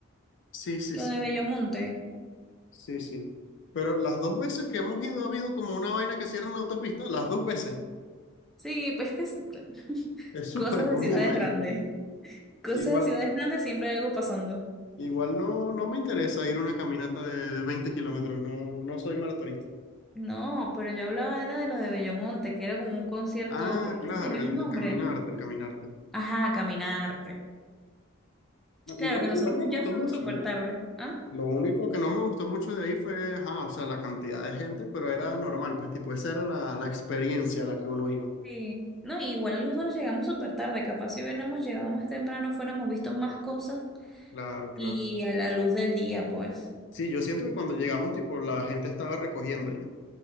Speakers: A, on the left; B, in the centre.
A: Sí, sí,
B: Lo
A: sí,
B: de Bellomonte.
A: sí, sí. Pero las dos veces que hemos ido ha habido como una vaina que cierra la autopista, las dos veces.
B: Sí, pues que es- <laughs>
A: Es súper
B: cosas
A: común
B: de ciudades
A: allá.
B: grandes. Cosas
A: Igual,
B: de ciudades grandes siempre hay algo pasando.
A: Igual no, no me interesa ir a una caminata de 20 kilómetros, no, no soy maratonista.
B: No, pero yo hablaba era de lo de Bellomonte, que era como un concierto,
A: Ah,
B: pero
A: claro,
B: es que tenía
A: el,
B: un nombre.
A: el caminarte, el caminarte.
B: Ajá, Caminarte.
A: No, igual,
B: Claro que nosotros
A: igual me gustó
B: ya fuimos
A: mucho,
B: súper
A: ¿no?
B: tarde. ¿Ah?
A: Lo único que no me gustó mucho de ahí fue, ajá, o sea, la cantidad de gente, pero era normal, pues tipo, esa era la, la experiencia a la que uno iba.
B: Sí. No, igual nosotros llegamos súper tarde, capaz si hubiéramos llegado más temprano, fuéramos visto más cosas
A: Claro, claro.
B: Y a la luz del día, pues.
A: Sí, yo siento que cuando llegamos, tipo, la gente estaba recogiendo ya.